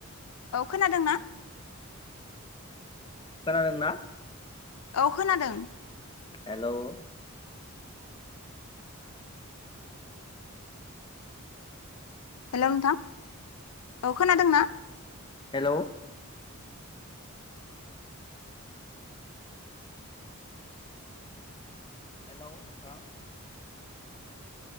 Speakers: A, on the left; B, on the left.
A: औ खोनादोंना?
B: खोनादों ना?
A: औ खोनादों।
B: हेल'।
A: हेल' नोंथां औ खोनादोंना?
B: हेल'। हेल' नोंथां।